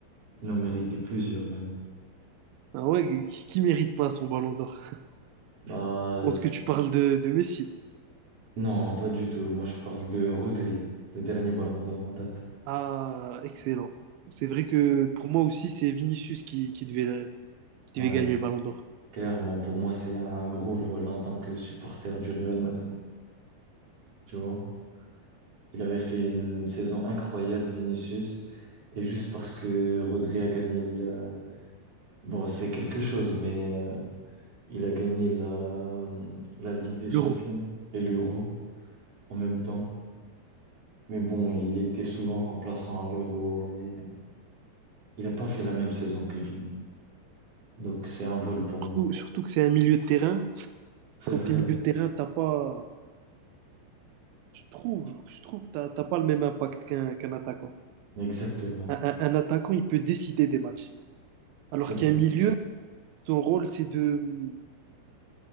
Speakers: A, on the right; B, on the right.
A: il en méritait plusieurs même.
B: Ah ouais, qui qui mérite pas son ballon d'or?
A: Bah,
B: Je pense que tu parles de, de Messi.
A: Non, pas du tout. Moi, je parle de Rodri, le dernier ballon d'or en date.
B: Ah, excellent. C'est vrai que pour moi aussi, c'est Vinicius qui, qui devait, qui
A: Ouais,
B: devait gagner le ballon d'or.
A: clairement, pour moi, c'est un gros vol en tant que supporter du Real Madrid. Tu vois? Il avait fait une saison incroyable, Vinicius, et juste parce que Rodri a gagné le... Bon, c'est quelque chose, mais euh, il a gagné la, euh, la Ligue des Champions
B: L'Euro.
A: et l'Euro en même temps. Mais bon, il était souvent remplaçant à l'Euro et il n'a pas fait la même saison que Vini. Donc, c'est un vol pour
B: Surtout,
A: moi.
B: surtout que c'est un milieu de terrain.
A: C'est
B: Quand
A: vrai.
B: tu es milieu de terrain, t'as pas, je trouve, je trouve que t'as t'as pas le même impact qu'un qu'un attaquant.
A: Exactement.
B: Un, un- un attaquant, il peut décider des matchs. Alors
A: C'est vrai.
B: qu'un milieu, son rôle, c'est de,